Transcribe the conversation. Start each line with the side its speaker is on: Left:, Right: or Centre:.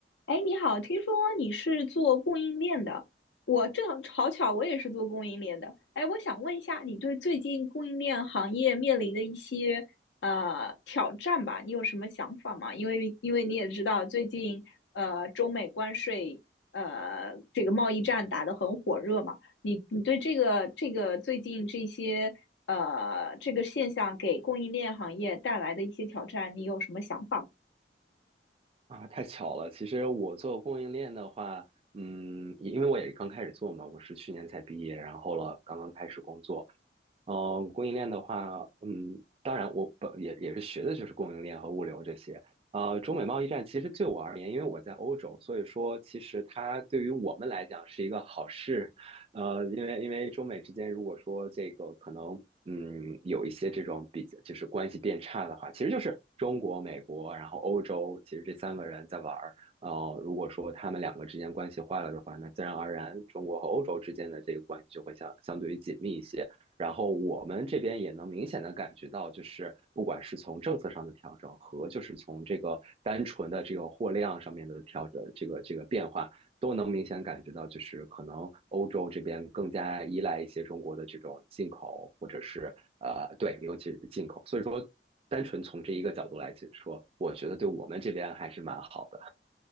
Left: 哎，你好，听说你是做供应链的，我正好巧，我也是做供应链的。哎，我想问一下，你对最近供应链行业面临的一些呃挑战吧，你有什么想法吗？因为因为你也知道，最近呃中美关税呃这个贸易战打得很火热嘛，你你对这个这个最近这些呃这个现象给供应链行业带来的一些挑战，你有什么想法吗？
Right: 啊，太巧了！其实我做供应链的话，嗯，也因为我也刚开始做嘛，我是去年才毕业，然后了刚刚开始工作。嗯，供应链的话，嗯，当然我本也也是学的就是供应链和物流这些。呃，中美贸易战其实对我而言，因为我在欧洲，所以说其实它对于我们来讲是一个好事，呃，因为因为中美之间，如果说这个可能，嗯，有一些这种比较，就是关系变差的话，其实就是中国、美国，然后欧洲，其实这三个人在玩儿。呃，如果说他们两个之间关系坏了的话，那自然而然，中国和欧洲之间的这个关系就会相相对于紧密一些。然后我们这边也能明显的感觉到，就是不管是从政策上的调整和就是从这个单纯的这个货量上面的调整，这个这个变化，都能明显感觉到，就是可能欧洲这边更加依赖一些中国的这种进口，或者是呃，对，尤其是进口。所以说，单纯从这一个角度来解说，我觉得对我们这边还是蛮好的。